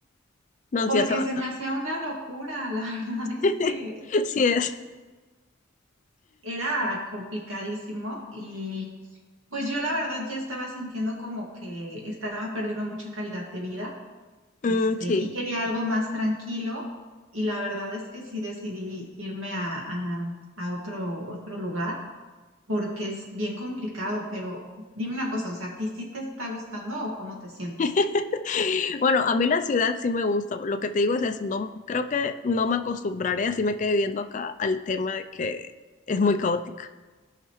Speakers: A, on the left (about 35°); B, on the right (about 85°).
A: no,
B: porque
A: sí hace bastante.
B: se me hacía una locura. <laughs> La verdad es
A: <laughs>
B: que
A: Sí es.
B: era complicadísimo y pues yo la verdad ya estaba sintiendo como que estaba perdiendo mucha calidad de vida,
A: Mm,
B: este,
A: sí.
B: y quería algo más tranquilo y la verdad es que sí decidí irme a, a, a otro, otro lugar. porque es bien complicado, pero dime una cosa, o sea, ¿a ti sí te está gustando o cómo te sientes?
A: <laughs> Bueno, a mí la ciudad sí me gusta. Lo que te digo es eso. No, creo que no me acostumbraré, así me quedé viviendo acá, al tema de que es muy caótica.